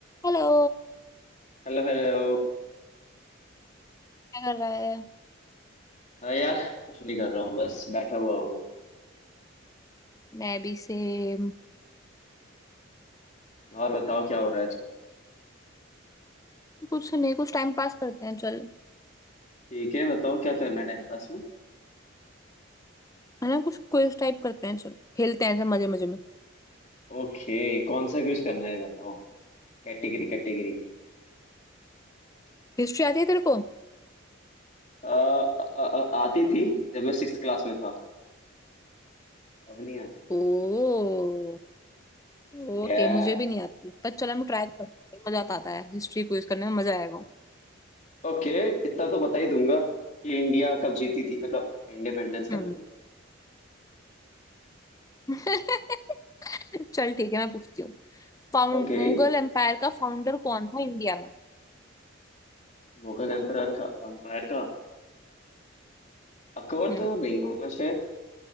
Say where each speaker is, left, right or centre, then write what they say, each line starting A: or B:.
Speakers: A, on the left (about 15°); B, on the left (about 35°).
A: हेलो
B: Hello hello
A: क्या कर रहा है
B: हाँ यार कुछ नहीं कर रहा हूँ बस बैठा हुआ हूँ
A: मैं भी सेम
B: और बताओ क्या हो रहा है आजकल
A: कुछ तो नहीं कुछ टाइम पास करते हैं चल
B: ठीक है बताओ क्या करना है टाइम पास में
A: है ना कुछ क्विज टाइप करते हैं चल खेलते हैं ऐसे मजे मजे में
B: ओके कौन सा क्विज करना है बताओ Category category
A: हिस्ट्री आती है तेरे को
B: आ, आ, आ, आती थी जब मैं सिक्स क्लास में था अब नहीं आती
A: ओ ओके
B: यस
A: मुझे भी नहीं आती पर चल हम ट्राई करते हैं मजा तो आता है हिस्ट्री क्विज करने में मजा आएगा
B: ओके इतना तो बता ही दूंगा कि इंडिया कब जीती थी मतलब इंडिपेंडेंस कब
A: हम्म
B: मिली
A: <laughs> चल ठीक है मैं पूछती हूँ फाउंड
B: ओके
A: मुगल एम्पायर का फाउंडर कौन था इंडिया में
B: मुगल एम्पायर का एम्पायर का अकबर
A: हम्म
B: तो नहीं होगा शायद